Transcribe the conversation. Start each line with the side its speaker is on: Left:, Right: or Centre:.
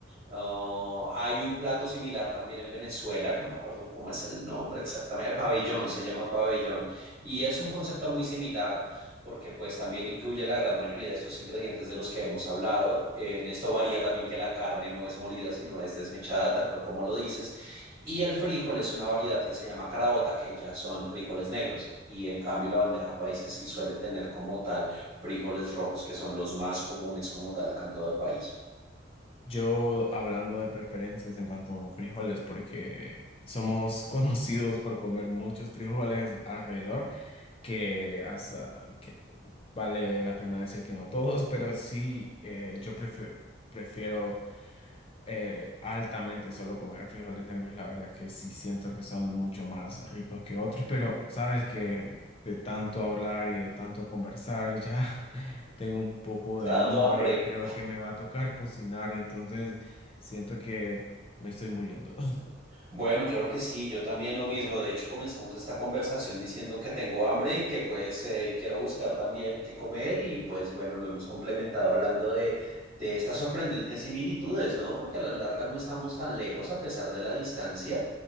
Right: Ah, hay un plato similar también en Venezuela, que no me acuerdo cómo es el nombre exactamente, pabellón, se llama pabellón. Y es un concepto muy similar, porque pues también incluye la gran mayoría de estos ingredientes de los que hemos hablado. En esto varía también que la carne no es molida, sino es desmechada, tal cual como lo dices. Y el frijol es una variedad que se llama caraota, que ya son frijoles negros. Y en cambio la bandeja paisa sí suele tener como tal frijoles rojos, que son los más comunes como tal acá en todo el país.
Left: Yo hablando de preferencias en cuanto a frijoles, porque somos <laughs> conocidos por comer muchos frijoles alrededor, que, hasta, que Vale la pena decir que no todos, pero sí, eh, yo prefe- prefiero eh, altamente solo comer frijoles negros. La verdad que sí siento que son mucho más ricos que otros, pero sabes que de tanto hablar y de tanto conversar ya <laughs> tengo un poco
Right: Está
Left: de hambre
Right: dando hambre.
Left: y creo que me va a tocar cocinar, y entonces siento que me estoy muriendo. <laughs>
Right: Bueno, claro que sí, yo también lo mismo. De hecho, comenzamos esta conversación diciendo que tengo hambre y que pues eh, quiero buscar también qué comer y pues bueno, lo hemos complementado hablando de, de estas sorprendentes similitudes, ¿no? Porque a la larga no estamos tan lejos a pesar de la distancia